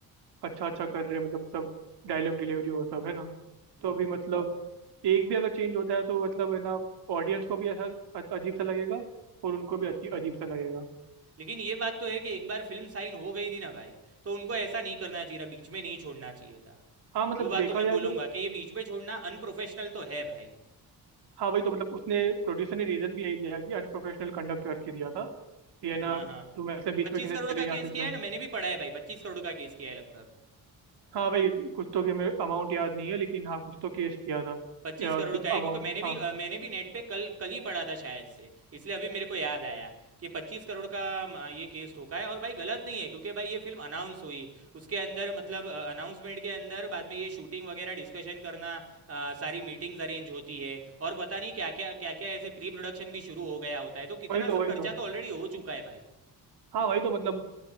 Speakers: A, on the right; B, on the right.
A: अच्छा अच्छा कर रहे हैं मतलब सब डायलॉग डिलीवरी हो सब है ना
B: हम्म,
A: तो अभी
B: हम्म।
A: मतलब एक भी अगर चेंज होता है तो मतलब है ना ऑडियंस को भी ऐसा अ- अजीब सा लगेगा और उनको भी अच्छी अजीब सा लगेगा
B: लेकिन ये बात तो है कि एक बार फिल्म साइन हो गई थी ना भाई तो उनको ऐसा नहीं करना चाहिए था बीच में नहीं छोड़ना चाहिए था
A: हाँ मतलब
B: वो बात
A: देखा
B: तो मैं
A: जाए
B: बोलूंगा
A: तो
B: कि ये बीच में छोड़ना अनप्रोफेशनल तो है भाई
A: हाँ वही तो मतलब उसने प्रोड्यूसर ने रीजन भी यही दिया है कि अनप्रोफेशनल कंडक्ट करके दिया था कि है ना
B: हाँ हाँ
A: तुम ऐसे बीच
B: पच्चीस
A: में कैसे
B: करोड़
A: चले
B: का केस
A: जा सकते
B: किया
A: हो
B: है ना मैंने भी पढ़ा है भाई पच्चीस करोड़ का केस किया है लगभग
A: हाँ वही कुछ तो कि मैं अमाउंट याद नहीं है लेकिन हाँ कुछ तो केस किया था
B: पच्चीस
A: या
B: करोड़
A: कुछ
B: का है
A: अमाउंट
B: क्योंकि मैंने भी
A: हाँ
B: अ, मैंने भी नेट पे कल कल ही पढ़ा था शायद से इसलिए अभी मेरे को याद आया कि पच्चीस करोड़ का अम, अ, ये केस ठोका है और भाई गलत नहीं है क्योंकि भाई ये फिल्म अनाउंस हुई उसके अंदर मतलब अनाउंसमेंट के अंदर बाद में ये शूटिंग वगैरह डिस्कशन करना अ, सारी मीटिंग्स अरेंज होती है और पता नहीं क्या क्या क्या क्या ऐसे प्री प्रोडक्शन भी शुरू हो गया होता है तो कितना
A: वही तो
B: सब
A: वही
B: खर्चा
A: तो
B: तो ऑलरेडी हो चुका है भाई
A: हाँ वही तो मतलब